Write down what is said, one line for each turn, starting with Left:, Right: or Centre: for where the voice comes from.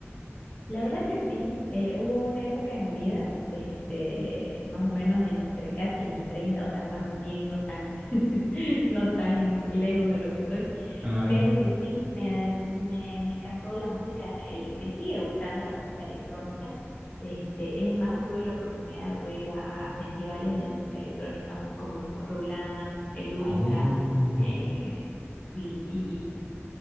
Left: La verdad que sí, eh, hubo una época de mi vida, este, más o menos entre casi mis treinta o sea, más bien no tan, <laughs> no tan lejos de lo que estoy,
Right: Ah,
Left: pero
Right: ya.
Left: que sí, me, aden- me, me encantó la música, ele- me sigue gustando la música electrónica, este, es más, tuve la oportunidad de poder ir a, a festivales de música electrónica como el Tomorrowland, el Ultra,
Right: Oh,
Left: eh, y, y